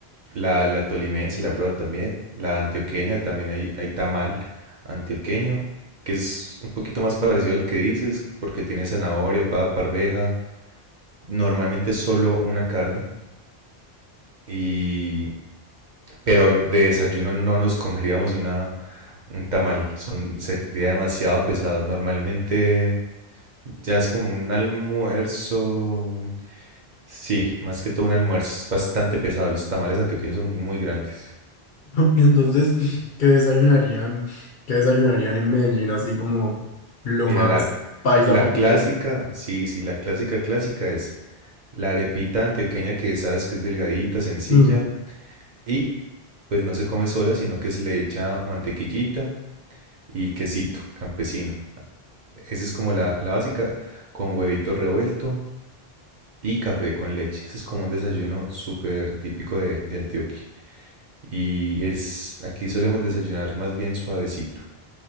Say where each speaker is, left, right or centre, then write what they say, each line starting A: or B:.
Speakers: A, on the right (about 50°); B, on the left (about 55°).
A: la, la tolimense, la prueba también. La antioqueña, también hay, hay tamal antioqueño, que es un poquito más parecido al que dices, porque tiene zanahoria, papa, arveja. Normalmente solo una carne. Y, pero de desayuno no nos comeríamos una, un tamal. Son, sería demasiado pesado. Normalmente ya es como un almuerzo. un- Sí, más que todo un almuerzo. Es bastante pesado. Los tamales antioqueños son muy grandes.
B: Y entonces, ¿qué desayunarían? ¿Qué desayunarían en Medellín así como lo
A: Mira,
B: más
A: la,
B: paisa
A: la
B: posible?
A: clásica, sí, sí, la clásica clásica es la arepita antioqueña que sabes que es delgadita, sencilla
B: Mm,
A: y pues no se come sola, sino que se le echa mantequillita y quesito campesino. Esa es como la, la básica, con huevito revuelto y café con leche. Ese es como un desayuno súper típico de, de Antioquia. Y es, aquí solemos desayunar más bien suavecito.